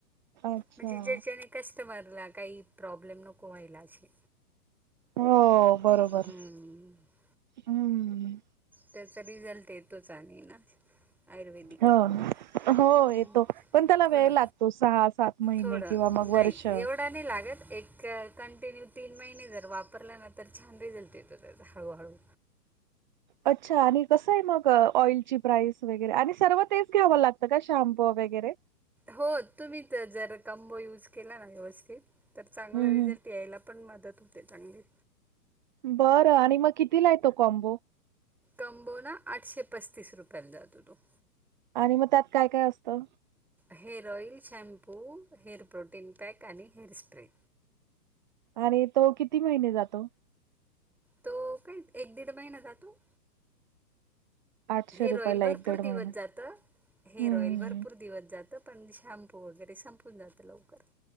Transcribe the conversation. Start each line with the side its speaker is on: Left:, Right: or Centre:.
Right: अच्छा.
Centre: म्हणजे जे जेने कस्टमरला काही प्रॉब्लेम नको व्हायला अशे.
Right: हो.
Centre: हम्म.
Right: बरोबर हम्म.
Centre: त्याचा रिझल्ट येतोच आणि ना आयुर्वेदिक.
Right: हो हो
Centre: हम्म
Right: येतो पण त्याला
Centre: थोडं
Right: वेळ लागतो सहा सात महिने
Centre: थोडं
Right: किंवा मग
Centre: नाही
Right: वर्ष
Centre: एवढा नाही लागत एक कंटिन्यू तीन महिने जर वापरला ना तर छान रिझल्ट येतो त्यात हळूहळू.
Right: अच्छा आणि कसं आहे मग ऑइलची प्राइस वगैरे आणि सर्व तेच घ्यावं लागतं का शॅम्पू वगैरे.
Centre: हो तुम्ही तर जर कॉम्बो यूज केला ना व्यवस्थित तर चांगला
Right: हम्म
Centre: रिझल्ट
Right: हम्म
Centre: यायला पण मदत होते चांगली.
Right: बरं आणि मग किती ला येतो कॉम्बो?
Centre: कंबोना आठशे पस्तीस रुपयाला जातो तो.
Right: आणि मग त्यात काय काय असतं?
Centre: Hair oil, shampoo, hair protein pack आणि हेअर स्प्रे.
Right: आणि तो किती महिने जातो?
Centre: तो काही एक दीड महिना जातो.
Right: आठशे
Centre: हे
Right: रुपयाला
Centre: रॉयल भरपूर
Right: एक दीड
Centre: दिवस
Right: महिना
Centre: जात हे
Right: हम्म
Centre: रॉयल भरपूर दिवस जात पण शॅम्पू वगैरे संपून जातं लवकर.